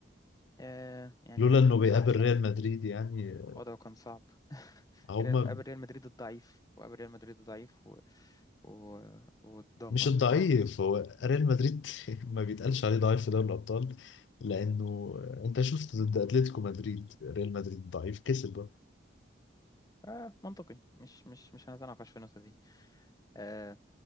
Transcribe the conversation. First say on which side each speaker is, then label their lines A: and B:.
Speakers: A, on the left; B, on the left.
A: آه يعني
B: لولا انه بيقابل
A: بصراحه السنه
B: ريال
A: دي
B: مدريد يعني
A: وضعه كان صعب <laughs>
B: هما
A: ريال- قابل ريال مدريد الضعيف وقابل ريال مدريد الضعيف و... و... واتدمر
B: مش الضعيف
A: بصراحه
B: هو ريال مدريد <laughs> ما بيتقالش عليه ضعيف في دوري الأبطال لأنه أنت شفت ضد أتلتيكو مدريد ريال مدريد ضعيف كسب برضه.
A: آه منطقي مش مش مش هنتناقش في النقطه دي آه